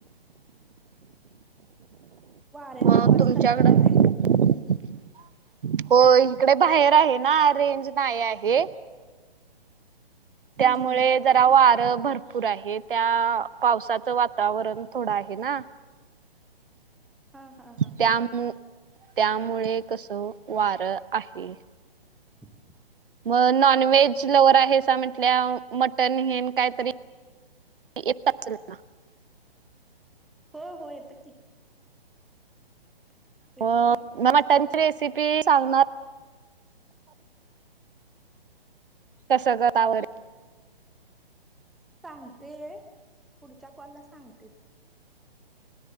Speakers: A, in the centre; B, on the right (about 60°).
A: वाऱ्या
B: मग
A: न आवाज
B: तुमच्याकडं
A: खरखरालाय.
B: <inaudible> हो इकडे बाहेर आहे ना, रेंज नाही आहे. त्यामुळे
A: हम्म हम्म
B: जरा वारं भरपूर आहे, त्या पावसाचं वातावरण थोडं आहे ना.
A: हा हा हा
B: त्यामु त्यामुळे कस वार आहे.
A: ह <unintelligible>
B: मग नॉन व्हेज लवर आहे अस म्हटल्यावर, मटन हेन कायतरी येत <unintelligible> का?
A: हो हो येतं की. <inaudible>
B: म
A: की
B: मटनची
A: करता
B: रेसिपी सांगणार कस कराव?
A: सांगते पुढच्या कॉलला सांगते.